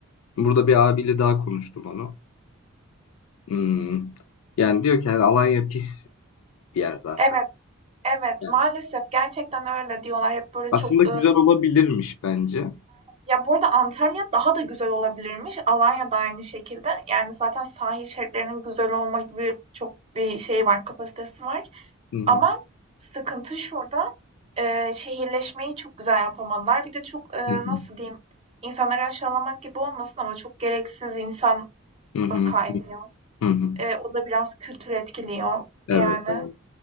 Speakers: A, on the left; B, on the right.
A: burada bir abiyle daha konuştum onu. Hmm. Yani diyor ki hani Alanya pis bir yer zaten.
B: Evet. Evet,
A: Yani
B: maalesef gerçekten öyle diyorlar. Hep böyle
A: aslında
B: çok,
A: güzel
B: eee
A: olabilirmiş bence.
B: Ya bu arada Antalya daha da güzel olabilirmiş. Alanya da aynı şekilde. Yani zaten sahil şeritlerinin güzel olma gibi çok bir şey var, kapasitesi var.
A: Hı hı.
B: Ama sıkıntı şurada. e, şehirleşmeyi çok güzel yapamadılar. Bir de çok e,
A: Hı hı.
B: nasıl diyeyim insanları aşağılamak gibi olmasın ama çok gereksiz insan
A: Hı hı.
B: da kaynıyor.
A: Hı hı.
B: E, o da biraz kültür etkiliyor
A: Evet,
B: yani.
A: evet,